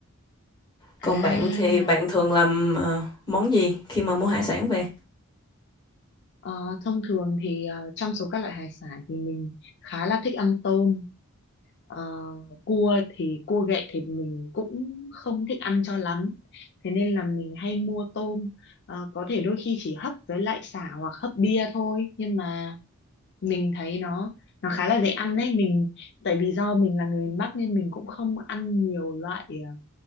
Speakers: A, on the left (about 20°); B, on the left (about 50°).
A: còn
B: À
A: bạn thì bạn thường làm ờ, món gì khi mà mua hải sản về
B: Ờ, thông thường thì ờ, trong số các loại hải sản thì mình khá là thích ăn tôm. Ờ, cua thì cua ghẹ thì mình cũng không thích ăn cho lắm. Thế nên là mình hay mua tôm. Ờ, có thể đôi khi chỉ hấp với lại sả hoặc hấp bia thôi. Nhưng mà mình thấy nó nó khá là dễ ăn đấy. Mình tại vì do mình là người miền Bắc nên mình cũng không ăn nhiều loại ờ,